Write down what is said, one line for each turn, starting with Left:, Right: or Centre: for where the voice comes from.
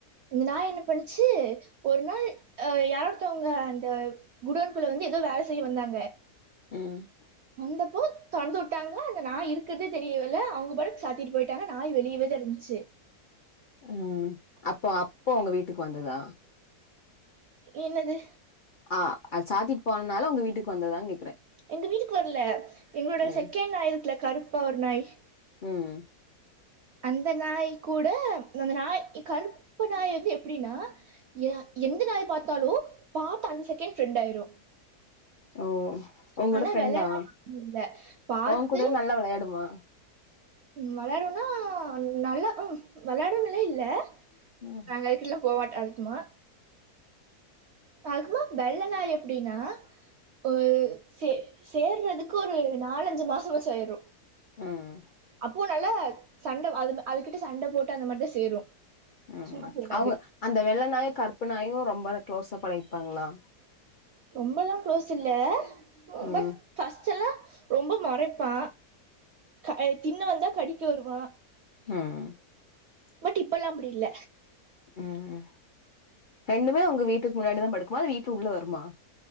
Right: இந்த நாய் என்ன பண்ணுச்சி ஒரு நாள் ஆ யாரோ ஒருத்தவங்க அந்த குடோன்குள்ள வந்து ஏதோ வேல செய்ய வந்தாங்க
Left: ம்
Right: வந்தப்போ தொறந்து உட்டாங்க அந்த நாய் இருக்கறதே தெரியல அவங்க பாட்டுக்கு சாத்திட்டு போயிட்டாங்க நாய் வெளியவேதா இருந்துச்சி
Left: ம் அப்போ அப்போ உங்க வீட்டுக்கு வந்ததா
Right: என்னது
Left: ஆ அத சாத்திட்டு போனால உங்க வீட்டுக்கு வந்ததான்னு கேக்குறே
Right: எங்க வீட்டுக்கு வரல எங்களோட
Left: ம்
Right: செகண்ட் நாய் இருக்குல கருப்பா ஒரு நாய்
Left: ம்
Right: அந்த நாய் கூட அந்த நாய் கருப்பு நாய் வந்து எப்டின்னா ஏய் எந்த நாய் பாத்தாலு பாத்த அந்த செகண்ட் ஃப்ரெண்ட் ஆயிரு
Left: ஓ உங்கூட
Right: ஆனா
Left: ஃப்ரெண்டா
Right: வெள்ள நாய் அப்டி இல்ல பாத்து
Left: உன் கூட நல்லா வெளையாடுமா
Right: ம் வெளையாடும்னா நல்லா ம் வெளையாடுன்னு இல்ல
Left: ம்
Right: நாங்க அதுக் கூடல்லா போ மாட்டோ அதிகமா அததுமா வெள்ளநாய் எப்டின்னா ஒரு சே சேர்றதுக்கு ஒரு நாலஞ்சு மாசமாச்சி ஆயிரு
Left: ம் ம்
Right: பூ நல்ல சண்ட அதும் அதுகிட்ட சண்ட போட்டு அந்த மார் தா சேரு
Left: ம்ம்
Right: சும்மா சேராது
Left: அவங்க அந்த வெள்ள நாயு கற்பு நாயு ரொம்ப க்ளோஸா பழிர்ப்பாங்ளா
Right: ரொம்பல்லா க்ளோஸ் இல்ல உ
Left: ம்
Right: பட் ஃபஸ்ட் எல்லா ரொம்ப முறைப்பா கய் தின்ன வந்தா கடிக்க வருவா
Left: ம்
Right: பட் இப்பல்லா அப்டி இல்ல
Left: ம்ம் ரெண்டுமே உங்க வீட்டுக் முன்னாடிதா படுக்குமா வீட்டு உள்ள வருமா